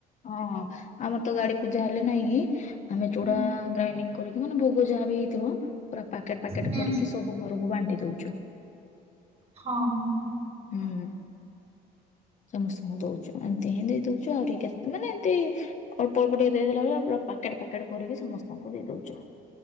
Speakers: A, on the left; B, on the right.
A: ଅଁ ହଁ ଆମର ତ ଗାଡି ପୂଜା ହେଲେ ନାଇଁ କି ଆମେ ଚୁଡା
B: ହୁଁ
A: ଗ୍ରାଇଣ୍ଡି କରିକି ମାନେ ଭୋଗ ଯାହା ବି ହେଇଥିବ ପୁରା ପକେଟ ପକେଟ
B: ହୁଁ
A: କରିକି ସବୁ ଘରକୁ ବାଣ୍ଟି ଦଉଛୁ।
B: ହଁ ହଁ ହଁ।
A: ହୁଁ। ସମସ୍ତଙ୍କୁ ଦଉଚୁ ଏମିତି ହିଁ ଦେଇ ଦଉଚୁ ଆହୁରି କେତ ମାନେ ଏମତି ଅଳ୍ପ ଅଳ୍ପ ଟିକେ ଦେଇଦେଲାବେଳେ ପୁରୀ ପ୍ୟାକେଟ ପ୍ୟାକେଟ କରିକି ସମସ୍ତଙ୍କୁ ଦେଇ ଦଉଚୁ।